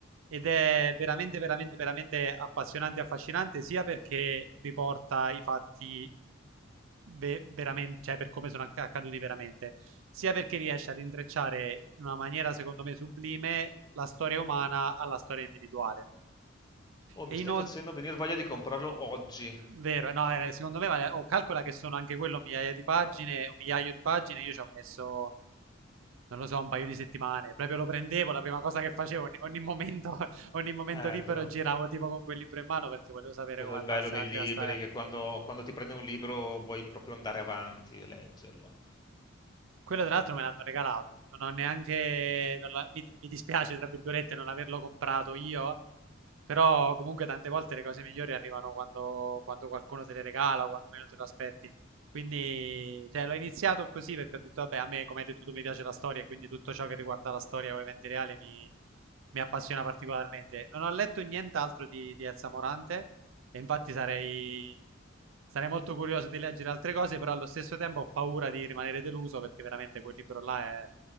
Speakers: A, on the right (about 80°); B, on the left (about 20°).
A: Ed è veramente, veramente, veramente appassionante e affascinante, sia perché riporta i fatti ve- veramente, cioè per come sono acc- accaduti veramente, sia perché riesce ad intrecciare in una maniera, secondo me, sublime la storia umana alla storia individuale.
B: oh, mi
A: E
B: stai
A: inoltre
B: facendo venire voglia di comprarlo oggi.
A: Vero, no, eh, secondo me vale, oh, calcola che sono anche quello migliaia di pagine, un migliaio di pagine, io ci ho messo, non lo so, un paio di settimane, proprio lo prendevo, la prima cosa che facevo, ogni, ogni momento, <laughs> ogni momento
B: Eh,
A: libero
B: quello,
A: giravo tipo con quel libro in mano perché volevo sapere
B: quello
A: come
B: è il
A: andasse
B: bello dei
A: avanti
B: libri,
A: la storia.
B: che quando, quando ti prendi un libro vuoi proprio andare avanti e leggerlo.
A: Quello tra l'altro me l'hanno regalato, non ho neanche, non l'ho- mi, mi dispiace tra virgolette non averlo comprato io, però comunque tante volte le cose migliori arrivano quando, quando qualcuno te le regala o quando meno te lo aspetti. Quindi cioè, l'ho iniziato così perché ho detto, vabbè, a me come hai detto tu mi piace la storia e quindi tutto ciò che riguarda la storia o eventi reali mi, mi appassiona particolarmente. Non ho letto nient'altro di, di Elsa Morante, e infatti sarei, sarei molto curioso di leggere altre cose, però allo stesso tempo ho paura di rimanere deluso perché veramente quel libro là è,